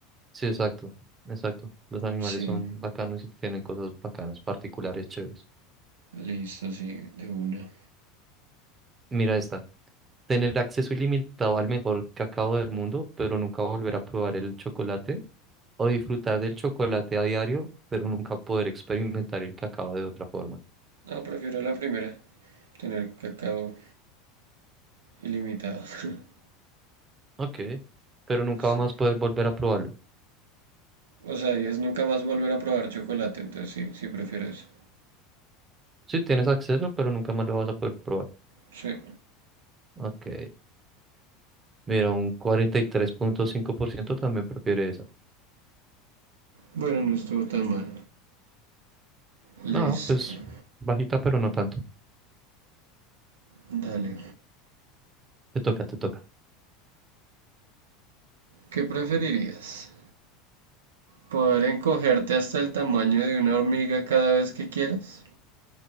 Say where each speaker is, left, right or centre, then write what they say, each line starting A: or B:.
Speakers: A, on the right (about 25°); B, on the right (about 80°).
A: Sí, exacto, exacto. Los animales
B: Sí,
A: son bacanos y tienen cosas bacanas, particulares, chéveres.
B: listo, sí, de una.
A: Mira esta. Tener acceso ilimitado al mejor cacao del mundo, pero nunca volver a probar el chocolate. O disfrutar del chocolate a diario, pero nunca poder experimentar el cacao de otra forma.
B: No, prefiero la primera, tener cacao ilimitado. <laughs>
A: Ok, pero nunca
B: Sí.
A: más poder volver a probarlo.
B: O sea, y es nunca más volver a probar chocolate, entonces sí, sí prefiero eso.
A: Sí, tienes acceso, pero nunca más lo vas a poder probar.
B: Sí.
A: Ok. Mira, un cuarenta y tres punto cinco por ciento también prefiere esa.
B: Bueno, no estuvo tan mal. Listo.
A: No, pues bajita, pero no tanto.
B: Dale.
A: Te toca, te toca.
B: ¿Qué preferirías? ¿Poder encogerte hasta el tamaño de una hormiga cada vez que quieras?